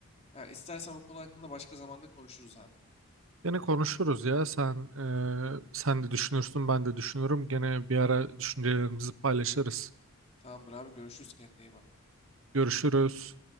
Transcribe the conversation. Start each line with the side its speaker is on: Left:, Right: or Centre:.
Left: Yani istersen bu konu hakkında başka zamanda konuşuruz abi.
Right: Gene konuşuruz ya. Sen e, sen de düşünürsün, ben de düşünürüm. Gene bir ara düşüncelerimizi paylaşırız.
Left: Tamamdır abi görüşürüz kendine iyi bak.
Right: Görüşürüz.